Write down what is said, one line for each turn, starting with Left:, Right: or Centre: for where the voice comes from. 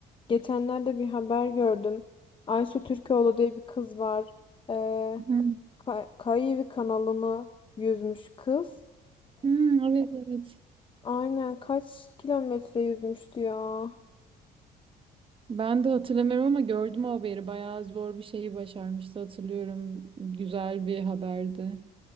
Left: geçenlerde bir haber gördüm. Aysu Türkoğlu diye bir kız var. Eee
Right: Hı.
Left: Kay Kayıvi kanalını yüzmüş kız.
Right: Hmm, evet evet.
Left: Aynen kaç kilometre yüzmüştü ya.
Right: Ben de hatırlamıyorum ama gördüm o haberi. Bayağı zor bir şeyi başarmıştı hatırlıyorum. Güzel bir haberdi.